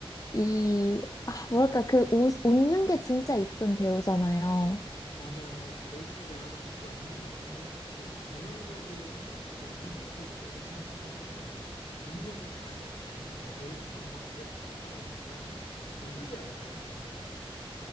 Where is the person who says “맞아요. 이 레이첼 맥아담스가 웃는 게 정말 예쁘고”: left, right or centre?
Left